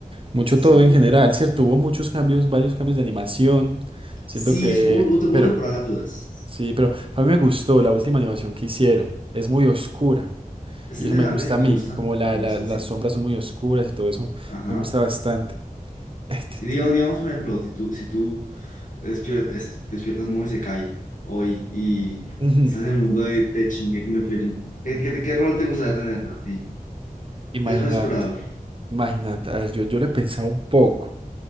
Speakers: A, on the right; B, on the left.
A: mucho
B: Sí.
A: todo en general, ¿cierto? Hubo muchos cambios, varios cambios de animación. Siento
B: Sí,
A: que,
B: es- hubo, hubo- hubo
A: pero,
B: temporadas dudas.
A: sí, pero a mí me gustó la última animación que hicieron. Es muy oscura
B: Es
A: y
B: interesante,
A: eso me gusta
B: me
A: a mí,
B: gusta,
A: como la,
B: me gusta,
A: la- las
B: sí.
A: sombras son muy oscuras y todo eso
B: Ajá.
A: me gusta bastante. <laughs> Este,
B: Si digamos,
A: te-
B: digamos, por ejemplo, si tú, si tú despier- es- despiertas muy Isekai hoy y
A: ujú,
B: estás en el mundo de, de Shingeki no Kyojin. ¿Qué, qué, qué rol te gustaría tener a ti?
A: Imagínate,
B: Seas un explorador.
A: imagínate. A ver, yo, yo le pensaba un poco.